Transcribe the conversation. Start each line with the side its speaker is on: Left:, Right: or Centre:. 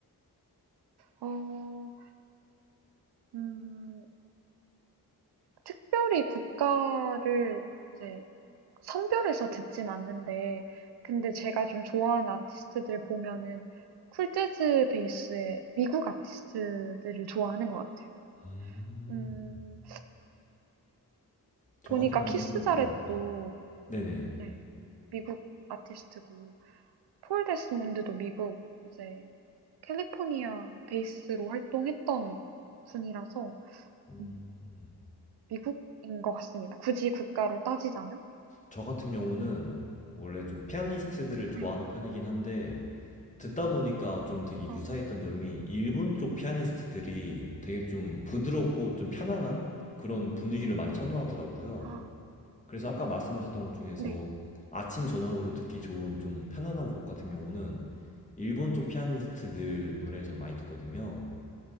Right: 어, 음, 특별히 국가를 이제 선별해서 듣진 않는데, 근데 제가 좀 좋아하는 아티스트들 보면은 쿨 재즈 베이스의 미국 아티스트들을 좋아하는 것 같아요.
Left: 음,
Right: 음,
Left: 저
Right: 보니까
Left: 같은 경우는
Right: 키스 자렛도
Left: 네. 네네.
Right: 네, 미국 아티스트고, 폴 데스몬드도 미국 이제 캘리포니아 베이스로 활동했던 분이라서
Left: 음.
Right: 음, 미국인 것 같습니다. 굳이 국가로 따지자면.
Left: 저 같은 경우는 원래 좀 피아니스트들을 좋아하는
Right: 네.
Left: 편이긴 한데 듣다 보니까 좀 되게
Right: 어,
Left: 유사했던 점이 일본 쪽 피아니스트들이 되게 좀 부드럽고 좀 편안한 그런 분위기를 많이 선호하더라고요.
Right: 아.
Left: 그래서 아까 말씀하셨던 것 중에서
Right: 네.
Left: 아침 저녁으로 듣기 좋은 좀 편안한 곡 같은 경우는 일본 쪽 피아니스트들 노래를 잘 많이 듣거든요.